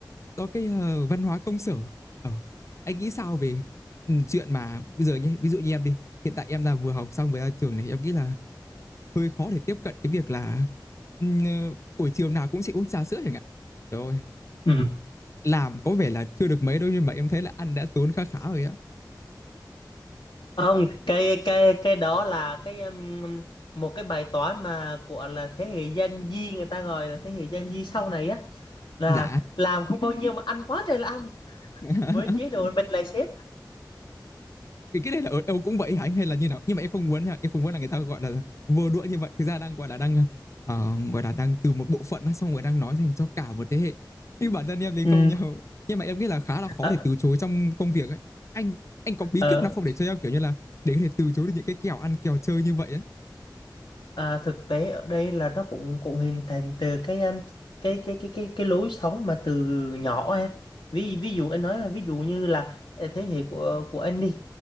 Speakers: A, on the left; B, on the left.
A: do cái ờ, văn hóa công sở ờ, anh nghĩ sao về ừm, chuyện mà bây giờ nhé ví dụ như em đi hiện tại em là vừa học xong vừa ra trường này em nghĩ là hơi khó để tiếp cận cái việc là, ừm, ờ, buổi chiều nào cũng sẽ uống trà sữa chẳng hạn. Trời ơi,
B: Ừ.
A: làm có vẻ là chưa được mấy đâu nhưng mà em thấy là ăn đã tốn khá khá rồi á.
B: Không, cái cái cái đó là cái um, một cái bài toán mà của là thế hệ Gen Z người ta gọi là thế hệ Gen Z sau này á là
A: Đã
B: làm không bao nhiêu mà ăn quá trời là ăn
A: <laughs>
B: với chế độ <laughs> bịt lại sếp.
A: thì cái này là ở đâu cũng vậy hả anh hay là như nào? Nhưng mà em không muốn nha, em không muốn là người ta, gọi là, vừa đũa như vậy, thực ra đang, gọi là, đang, ờ, gọi là, đang từ một bộ phận á, xong rồi đang nói thành cho cả một thế hệ. Nhưng bản thân em thì
B: Ừ,
A: không nhau Nhưng mà em nghĩ là khá là khó
B: ờ,
A: để từ chối trong công việc ấy. Anh anh có bí
B: ờ,
A: kíp nào không để cho em, kiểu như là, để có thể từ chối được những cái kèo ăn kèo chơi như vậy á?
B: à, thực tế ở đây là nó cũng cũng hình thành từ cái um, cái cái cái cái cái lối sống mà từ nhỏ em. Ví ví dụ anh nói là ví dụ như là ờ, thế hệ của của anh đi